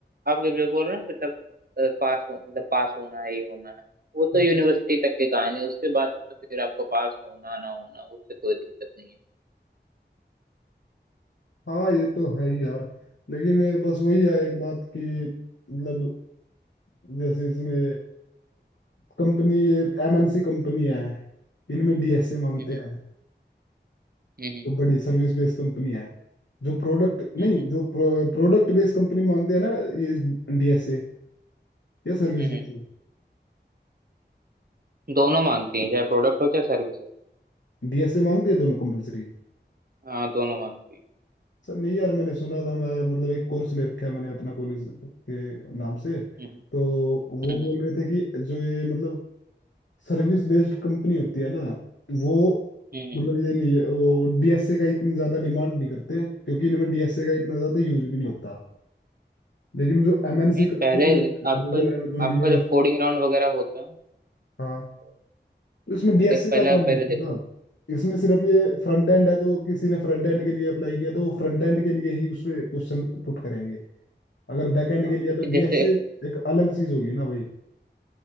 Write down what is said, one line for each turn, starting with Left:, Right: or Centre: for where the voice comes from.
Right: आप जब जो बोल रहे हैं मतलब अ, पास हो मतलब पास होना है ये होना है वो
Left: हम्म।
Right: तो यूनिवर्सिटी तक की कहानी है उसके बाद तो फिर आपको पास होना ना होना उससे कोई दिक्कत नहीं है
Left: हाँ ये तो है ही यार लेकिन अ, बस वही है एक बात कि मतलब जैसे इसमें कंपनी एक एमएनसी कंपनी है इनमें डीएसए मांगते
Right: हम्म
Left: हैं
Right: हम्म
Left: तो बड़ी सर्विस बेस्ड कंपनी है जो प्रोडक्ट नहीं
Right: हम्म
Left: जो प्रोडक्ट बेस्ड कंपनी मांगते हैं ना ये डीएसए या सर्विस
Right: हम्म
Left: बेस्ड
Right: हम्म। दोनों मांगती हैं चाहे प्रोडक्ट हो चाहे सर्विस हो
Left: डीएसए मांगती है दोनों कंपलसरी
Right: हाँ दोनों मांगती हैं
Left: सर नहीं यार मैंने सुना था मैं मतलब एक कोर्स ले रखा है मैंने अपना कॉलेज के नाम से
Right: हम्म
Left: तो वो
Right: हम्म
Left: बोल रहे थे कि जो ये मतलब सर्विस बेस्ड कंपनी होती है ना वो
Right: हम्म
Left: मतलब ये नहीं है वो डीएसए का इतनी ज़्यादा डिमांड नहीं करते क्योंकि इनमें डीएसए का इतना ज़्यादा यूज भी नहीं होता लेकिन जो MNC
Right: नहीं
Left: company
Right: पहले
Left: like
Right: आपको
Left: Google Amazon
Right: आपका
Left: ये
Right: जब कोडिंग राउंड वगैरह होता है ना,
Left: हाँ
Right: तो
Left: इसमें
Right: जैसे
Left: डीएसए
Right: एक पहले
Left: का काम
Right: पहले
Left: नहीं था
Right: देखो
Left: ना इसमें सिर्फ ये फ्रंट एंड है तो किसी ने फ्रंट एंड के लिए अप्लाई किया तो वो फ्रंट एंड के लिए ही उसमें क्वेश्चन पुट करेंगे अगर बैक एंड
Right: हाँ
Left: के लिए
Right: लेकिन
Left: तो डीएसए
Right: जैसे
Left: एक अलग चीज होगी ना भाई